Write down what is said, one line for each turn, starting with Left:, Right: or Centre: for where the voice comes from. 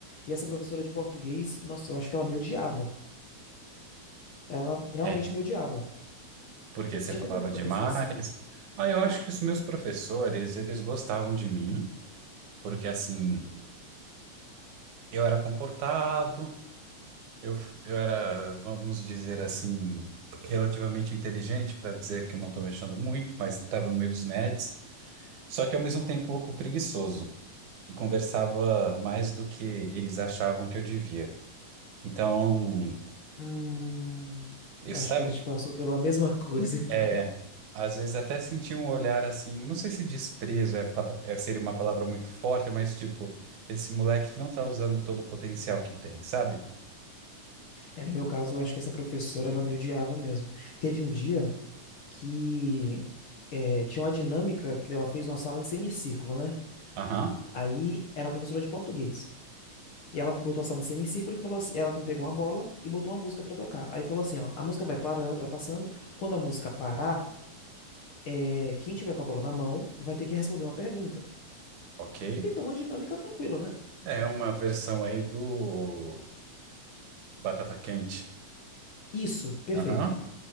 Left: E essa professora de português, nossa, eu acho que ela me odiava. Ela realmente
Right: É,
Left: me odiava.
Right: porque você
Left: Você já
Right: falava
Left: teve algum professor
Right: demais.
Left: assim?
Right: Ah, eu acho
Left: Não.
Right: que os meus professores, eles gostavam de mim, porque assim, eu era comportado, eu, eu era, vamos dizer assim, relativamente inteligente, para dizer que eu não estou mexendo muito, mas estava no meio dos nerds, só que ao mesmo tempo um pouco preguiçoso. E conversava mais do que eles achavam que eu devia. Então,
Left: Hum,
Right: eu
Left: acho
Right: sabe,
Left: que a gente passou pela mesma <laughs> coisa, então.
Right: é, às vezes até senti um olhar assim, não sei se desprezo é, pa- é- seria uma palavra muito forte, mas tipo, esse moleque não tá usando todo o potencial que tem, sabe?
Left: É, no meu caso, eu acho que essa professora, ela me odiava mesmo. Teve um dia que é, tinha uma dinâmica que ela fez uma sala em semicírculo, né?
Right: Aham,
Left: Aí era a professora de português. E ela botou a sala em semicírculo e falou assim, ela pegou uma bola e botou uma música pra tocar. Aí falou assim, ó, a música vai parando, vai passando. Quando a música parar, é, quem tiver com a bola na mão vai ter que responder uma pergunta.
Right: ok.
Left: Tentou uma dinâmica tranquila, né?
Right: É uma versão aí do Batata Quente.
Left: Isso, perfeito.
Right: Aham,